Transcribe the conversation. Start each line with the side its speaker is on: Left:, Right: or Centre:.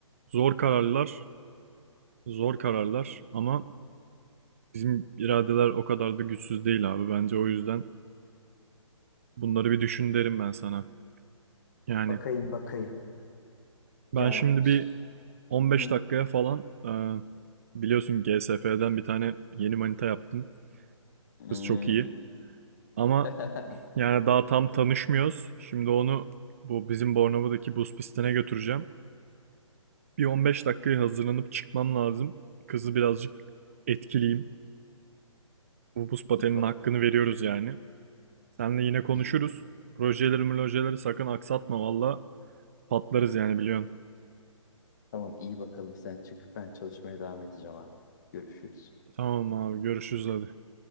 Right: Zor kararlar, zor kararlar ama bizim iradeler o kadar da güçsüz değil abi. Bence o yüzden bunları bir düşün derim ben sana. Yani
Left: Bakayım bakayım. Ya
Right: Ben şimdi
Left: ş-
Right: bir 15
Left: Hı.
Right: dakikaya falan e, biliyorsun GSF'den bir tane yeni manita yaptım.
Left: Hmm.
Right: Kız çok iyi. Ama
Left: <laughs>
Right: yani daha tam tanışmıyoruz. Şimdi onu bu bizim Bornova'daki buz pistine götüreceğim. Bir 15 dakikaya hazırlanıp çıkmam lazım. Kızı birazcık etkileyim. Bu buz pateninin
Left: İyi bak.
Right: hakkını veriyoruz yani. Seninle yine konuşuruz.
Left: iyi-
Right: Projeleri projeleri sakın aksatma valla. Patlarız yani biliyorsun.
Left: Tamam iyi bakalım sen çık. Ben çalışmaya devam edeceğim abi. Görüşürüz.
Right: Tamam abi görüşürüz hadi.